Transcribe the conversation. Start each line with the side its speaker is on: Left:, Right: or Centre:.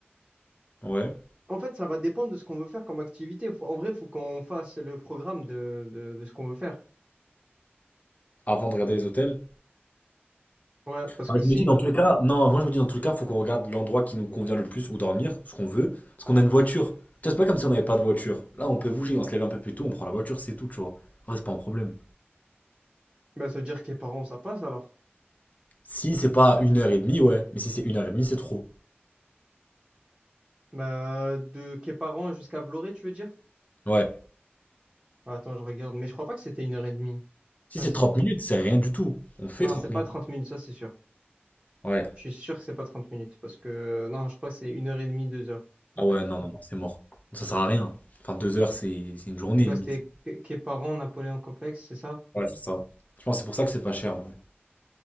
Left: Ouais.
Right: En fait, ça va dépendre de ce qu'on veut faire comme activité. Faut- en vrai, il faut qu'on fasse le programme de, de, de ce qu'on veut faire.
Left: Avant de regarder les hôtels.
Right: Ouais, parce
Left: Enfin,
Right: que si,
Left: je me dis dans tous les cas, non, moi je me dis dans tous les cas, faut qu'on regarde l'endroit qui nous convient le plus où dormir, ce qu'on veut, parce qu'on a une voiture. Tu vois, c'est pas comme si on n'avait pas de voiture. Là, on peut bouger, on se lève un peu plus tôt, on prend la voiture, c'est tout, tu vois. En vrai, c'est pas un problème.
Right: ben, ça veut dire Quéparan, ça passe alors.
Left: Si c'est pas une heure et demie, ouais. Mais si c'est une heure et demie, c'est trop.
Right: Ben, de Quéparan jusqu'à Vloré, tu veux dire?
Left: Ouais.
Right: Bah, Attends, je regarde, mais je crois pas que c'était une heure et demie.
Left: Si
Right: Ah,
Left: c'est
Right: c'est-
Left: 30 minutes, c'est rien du tout. On fait
Right: non,
Left: 30
Right: c'est pas
Left: minutes.
Right: 30 minutes, ça c'est sûr.
Left: Ouais.
Right: Je suis sûr que c'est pas 30 minutes, parce que non, je crois que c'est une heure et demie, deux heures, en
Left: Ah
Right: fait.
Left: ouais, non, non, non, c'est mort. Ça sert à rien. Enfin, deux heures, c'est c'est une journée
Right: C'est quoi?
Left: limite.
Right: C'était Quéparan, Napoléon Complexe, c'est ça?
Left: Ouais, c'est ça. Je pense que c'est pour ça que c'est pas cher en vrai.